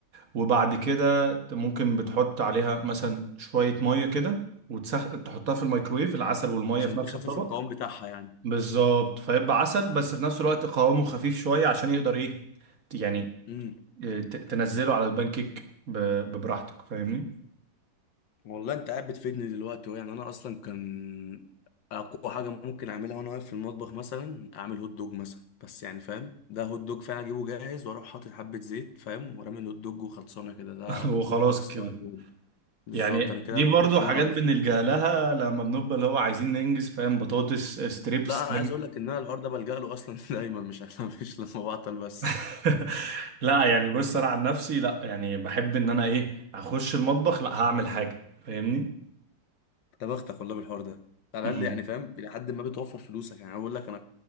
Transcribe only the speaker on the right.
وبعد كده ممكن بتحط عليها مثلا شويه ميه كده وتسخ... تحطها في الميكرويف العسل والميه
في نفس
الطبق
بالظبط فيبقى عسل بس في نفس الوقت قوامه خفيف شويه عشان يقدر ايه ت- يعني
إيه، ت- تنزله على البانكيك ب... ببراحتك فاهمني
<laughs> وخلاص
كده
يعني
دي
برضو حاجات
بنلجأ لها لما بنبقى اللي هو عايزين ننجز فاهم بطاطس ستريبس
<laughs> لا يعني بص
انا عن نفسي لا يعني بحب ان انا ايه اخش المطبخ لا هعمل حاجه فاهمني
امم